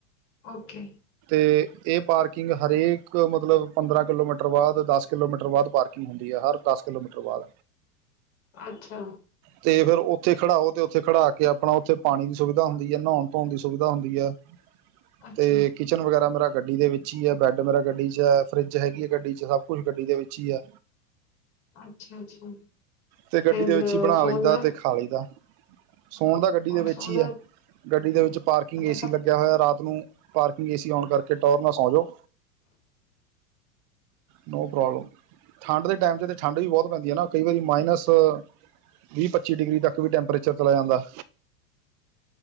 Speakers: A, on the left (about 55°); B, on the right (about 40°).
A: ਓਕੇ।
B: ਤੇ ਇਹ ਪਾਰਕਿੰਗ ਹਰੇਕ ਮਤਲਬ ਪੰਦਰਾਂ ਕਿਲੋਮੀਟਰ ਬਾਅਦ, ਦਸ ਕਿਲੋਮੀਟਰ ਬਾਅਦ ਪਾਰਕਿੰਗ ਹੁੰਦੀ ਐ। ਹਰ ਦਸ ਕਿਲੋਮੀਟਰ ਬਾਅਦ।
A: ਅੱਛਾ।
B: ਤੇ ਫਿਰ ਉੱਥੇ ਖੜਾਓ ਤੇ ਉੱਥੇ ਖੜਾ ਕੇ ਆਪਣਾ ਉੱਥੇ ਪਾਣੀ ਦੀ ਸੁਵਿਧਾ ਹੁੰਦੀ ਐ, ਨਉਣ ਧੋਣ ਦੀ ਸੁਵਿਧਾ ਹੁੰਦੀ ਐ।
A: ਅੱਛਾ
B: ਤੇ ਕਿਚਨ ਵਗੈਰਾ ਮੇਰਾ ਗੱਡੀ ਦੇ ਵਿੱਚ ਈ ਆ, ਬੈੱਡ ਮੇਰਾ ਗੱਡੀ ਚ ਐ ਫਰਿੱਜ ਹੈਗੀ ਐ ਗੱਡੀ ਚ, ਸਭ ਕੁਛ ਗੱਡੀ ਦੇ ਵਿੱਚ ਈ ਐ।
A: ਅੱਛਾ ਅੱਛਾ
B: ਤੇ ਗੱਡੀ
A: ਫਿਰ
B: ਦੇ ਵਿੱਚ ਹੀ ਬਣਾ
A: ਸੋਨ
B: ਲਈਦਾ
A: ਦਾ
B: ਤੇ ਖਾ ਲਈਦਾ। ਸੋਣ ਦਾ ਗੱਡੀ
A: ਔਰ
B: ਦੇ ਵਿੱਚ
A: ਸੋਨਾ
B: ਈ ਐ। ਗੱਡੀ ਦੇ ਵਿੱਚ ਪਾਰਕਿੰਗ ਏ
A: ਤਾਂ ਸਭ
B: ਸੀ ਲੱਗਿਆ ਹੋਇਆ। ਰਾਤ ਓਨੂੰ ਪਾਰਕਿੰਗ ਏ ਸੀ ਓਨ ਕਰਕੇ ਟੋਰ ਨਾ ਸੌਂ ਜੋ। No problem. ਠੰਡ ਦੇ ਟਾਈਮ ਤੇ ਤੇ ਠੰਡ ਵੀ ਬਹੁਤ ਪੈਂਦੀ ਐ ਨਾ, ਕਈ ਵਾਰੀ ਮਾਈਨਸ ਵੀਹ ਪੱਚੀ ਡਿਗਰੀ ਤੱਕ ਵੀ ਟੈਂਪਰੇਚਰ ਚਲਾ ਜਾਂਦਾ।